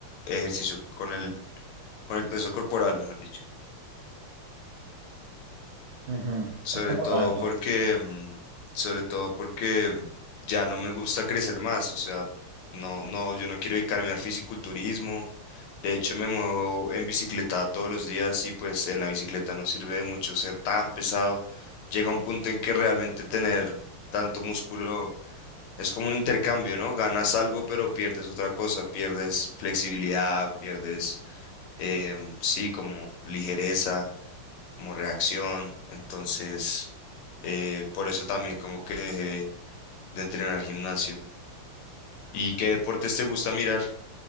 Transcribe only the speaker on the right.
ujú,
Está bueno
eso.